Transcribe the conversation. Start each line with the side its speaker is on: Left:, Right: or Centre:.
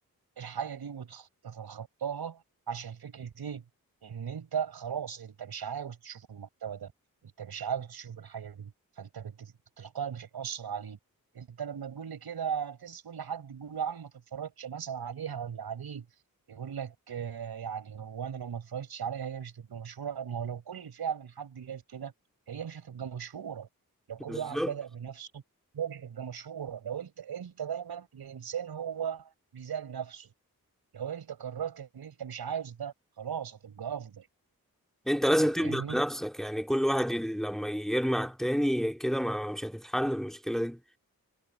Right: الحاجه دي وتتخطاها عشان فكره ايه ان انت خلاص انت مش عاوز تشوف المحتوى ده انت مش عاوز تشوف الحاجه دي فانت بت- تلقائي مش هتاثر عليك انت لما تقول لي كده تسال كل حد يقول له يا عم ما تتفرجش مثلا عليها ولا عليه يقول لك آه، يعني هو انا لو ما اتفرجتش عليها هي مش هتبقى مشهوره ما هو لو كل فعلا حد قال كده هي مش هتبقى مشهوره لو كل
Centre: بالظبط
Right: واحد بدأ بنفسه هي مش هتبقى مشهوره لو انت انت دايما الانسان هو ميزان نفسه لو انت قررت ان انت مش عاوز ده خلاص هتبقى افضل
Centre: انت لازم
Right: انت فاهمني
Centre: تبدأ بنفسك يعني كل واحد ي- لما يرمي على التاني كده ما مش هتتحل المشكلة دي